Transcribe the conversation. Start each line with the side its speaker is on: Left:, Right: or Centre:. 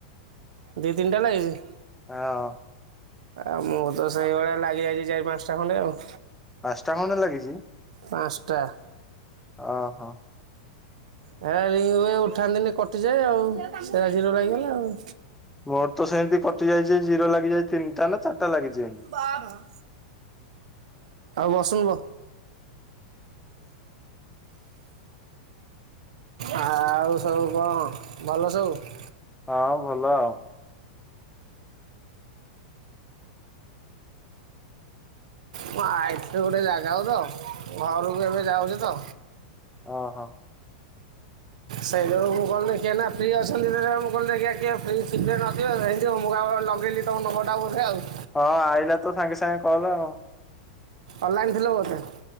Right: ଦି, ତିନିଟା ଲାଗିଚି?
Centre: ହଁ
Right: ଆଉ ମୁଁ ତ ସେଇଭଳିଆ ଲାଗି ଯାଇଚି ଚାରି, ପାଞ୍ଚୁଟା ଖଣ୍ଡେ ଆଉ।
Centre: ପାଞ୍ଚଟା ଖଣ୍ଡେ ଲାଗିଚି?
Right: ପାଶଟା।
Centre: ଓ ହୋ।
Right: ହେ ରିଙ୍ଗ ହୁଏ ଉଠାନ୍ତିିନି, କଟିଯାଏ ଆଉ ସେରା ଜିରୋ ରହିଗଲା ଆଉ।
Centre: ମୋର ତ ସେମିତି କଟି ଯାଇଚି ଜିରୋ ଲାଗିଯାଇଚି ତିନିଟା ନା ଚାରିଟା ଲାଗିଚି।
Right: ହଁ, ହଁ। ବସୁନୁ ବ। ଆଉ ସବୁ କଣ ଭଲ ସବୁ?
Centre: ହଁ ଭଲ ଆଉ‌।
Right: ମୁଁ ଆଇଥିଲି ଗୋଟେ ଜାଗା କୁ ତ ଘରକୁ ଏବେ ଯାଉଛି ତ।
Centre: ଅହ।
Right: ସେଇ ଯୋଗୁ ମୁଁ କଲିନେଇ କିଏ ଏନା ଫ୍ରି ଅଛନ୍ତି ଦେରା ମୁଁ କଲି ଦେଖିଆ କଏ ଫ୍ରି ଥିବେ ନଥିବ ହେଇଥିବ ମୁଁ କାହାକୁ ଗୋଟେ ଲଗେଇଲି ତମ ନମ୍ବରଟା ବୋଧେ ଆଉ।
Centre: ହଁ ଆଇଲା ତ ସାଙ୍ଗେ ସାଙ୍ଗେ କଲ୍ ଆଉ।
Right: ଅନଲାଇନ୍ ଥିଲ ବୋଧେ?